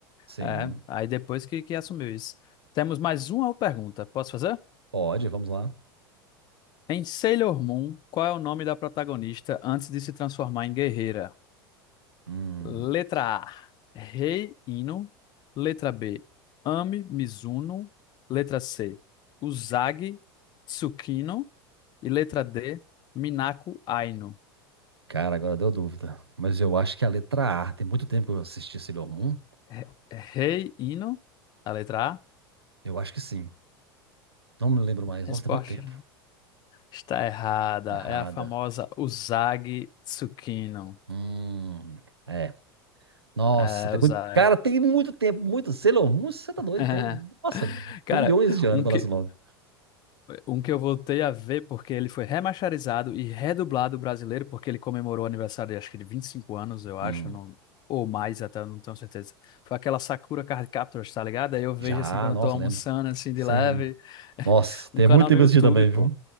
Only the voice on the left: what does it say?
é, aí depois que, que assumiu isso. Temos mais uma pergunta, posso fazer?
Em Sailor Moon, qual é o nome da protagonista antes de se transformar em guerreira?
Letra A, Rei Ino. Letra B, Ami Mizuno. Letra C, Usagi Tsukino. E letra D, Minako Aino.
Re- Rei Hino, a letra A.
Resposta
está errada.
É a famosa Usagi Tsukino.
É,
Usagi.
<laughs>
Cara,
um
que,
um que eu voltei a ver porque ele foi remasterizado e redublado brasileiro, porque ele comemorou o aniversário, acho que de 25 anos, eu acho,
não, ou mais até, não tenho certeza. Foi aquela Sakura Card Captors, tá ligado? Aí eu vejo
assim quando
eu tô almoçando,
assim, de
leve, <laughs>
um canal
no YouTube,
pô.